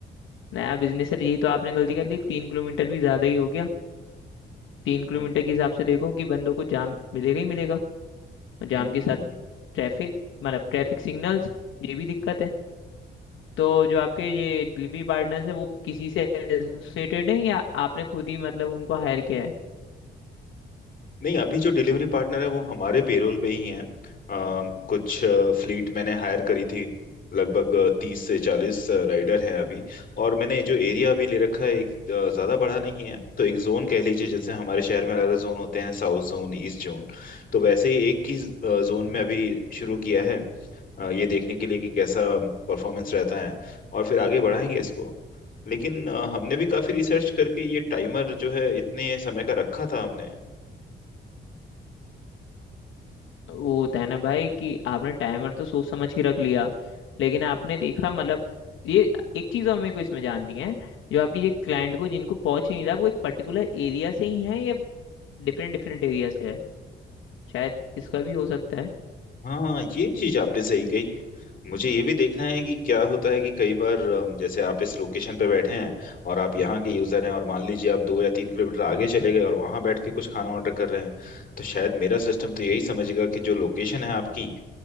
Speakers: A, on the left; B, on the left.
A: नया बिजनेस है यही तो आपने गलती कर ली तीन किलोमीटर भी ज्यादा ही हो गया तीन किलोमीटर
B: हाँ।
A: के हिसाब से देखो कि बंदों को जाम मिलेगा ही मिलेगा और जाम
B: हम्म
A: के साथ ट्रैफिक मतलब ट्रैफिक सिग्नल्स ये भी दिक्कत है तो जो आपके ये डिलीवरी पार्टनर्स है वो किसी से एसोसिएटेड है या आपने खुद ही मतलब उनको हायर किया है
B: नहीं अभी जो डिलीवरी पार्टनर है वो हमारे पेरोल पे ही हैं अ, कुछ फ्लीट मैंने हायर करी थी लगभग तीस से चालीस राइडर हैं अभी और मैंने जो एरिया अभी ले रखा है एक अ, ज्यादा बड़ा नहीं है तो एक जोन कह लीजिए जैसे हमारे शहर में अलग अलग जोन होते हैं साउथ जोन ईस्ट जोन तो वैसे ही एक ही जोन में अभी शुरू किया है अ, ये देखने के लिए कि कैसा परफॉर्मेंस रहता है और फिर आगे बढ़ाएंगे इसको लेकिन अ, हमने भी काफी रिसर्च करके ये टाइमर जो है इतने समय का रखा था हमने
A: वो होता है ना भाई कि आपने टाइमर तो सोच समझ के रख लिया लेकिन आपने देखा मतलब ये एक चीज हमें को इसमें जाननी है जो आपकी ये क्लाइंट को जिनको पहुंच ही नहीं रहा वो एक पर्टिकुलर एरिया से ही है या डिफरेंट डिफरेंट एरिया से है शायद इसका भी हो सकता है
B: हाँ ये चीज आपने सही कही मुझे ये भी देखना है कि क्या होता है कि कई बार अम, जैसे आप इस लोकेशन पे बैठे हैं और आप यहाँ के यूजर हैं और मान लीजिए आप दो या तीन किलोमीटर आगे चले गए और वहां बैठ के कुछ खाना ऑर्डर कर रहे हैं तो शायद मेरा सिस्टम तो यही समझेगा कि जो लोकेशन है आपकी